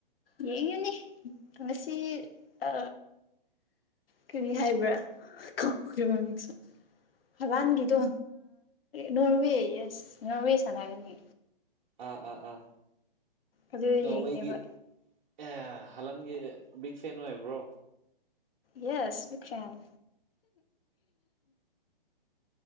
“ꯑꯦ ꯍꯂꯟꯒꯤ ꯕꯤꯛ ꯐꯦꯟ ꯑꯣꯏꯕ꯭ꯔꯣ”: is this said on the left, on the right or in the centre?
Right